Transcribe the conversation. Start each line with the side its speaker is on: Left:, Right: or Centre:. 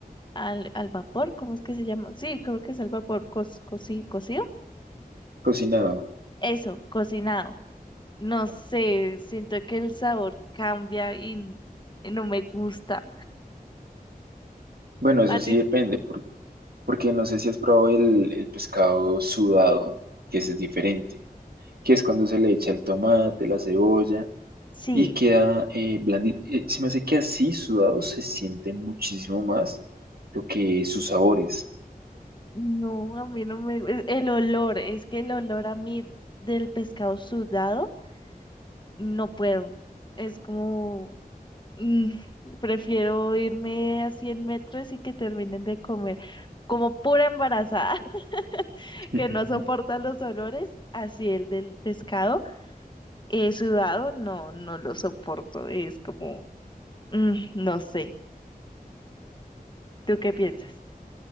Left: al, al vapor, ¿cómo es que se llama? Sí, creo que es al vapor, cos, coci- cocido.
Right: cocinado.
Left: Eso, cocinado. No sé, siento que el sabor cambia y, y no me gusta.
Right: Bueno, eso
Left: ¿A
Right: sí
Left: ti?
Right: depende, porque, porque no sé si has probado el, el pescado sudado, que ese es diferente, que es cuando se le echa el tomate, la cebolla.
Left: Sí.
Right: y queda eh, blandito. Eh, se me hace que así sudado se siente muchísimo más lo que sus sabores.
Left: No, a mí no me... es- El olor, es que el olor a mí del pescado sudado, no puedo. Es como... mm, <laughs> prefiero irme a 100 metros y que terminen de comer. Como pura embarazada <laughs>
Right: <laughs>
Left: que no soporta los olores, así el del pescado eh, sudado, no, no lo soporto. Es como... mm, no sé. ¿Tú qué piensas?